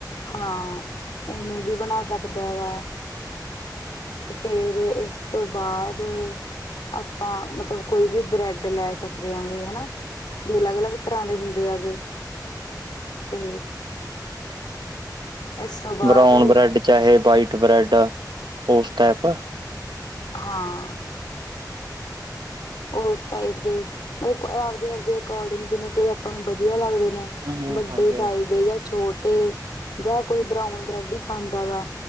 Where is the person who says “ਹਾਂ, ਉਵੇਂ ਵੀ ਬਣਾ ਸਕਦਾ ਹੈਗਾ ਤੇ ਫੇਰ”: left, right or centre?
Left